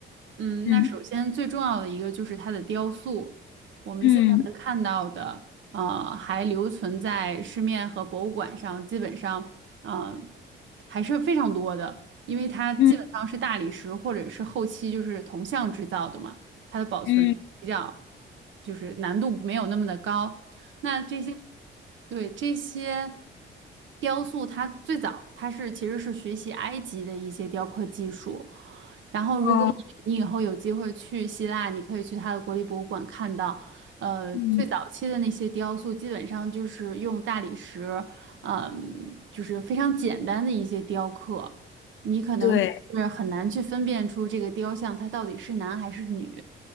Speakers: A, on the right; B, on the left.
A: 嗯，
B: 嗯
A: 那首先最重要的一个就是它的雕塑，我们现在能看到的，
B: 嗯
A: 呃，还留存在市面和博物馆上，基本上，呃，还是非常多的，因为它基本上是大理石或者是后期就是铜像制造的嘛，
B: 嗯
A: 它的保存比较
B: 嗯，
A: 就是难度没有那么的高。那这些。对，这些雕塑，它最早它是其实是学习埃及的一些雕刻技术。然后，如果你你以后有机会去希腊，
B: 哦，
A: 你可以去它的国立博物馆看到，呃，
B: 嗯，
A: 最早期的那些雕塑，基本上就是用大理石，嗯、就是非常简单的一些雕刻，你可能是很难去分辨出这个雕像它到底是男还是女，
B: 对，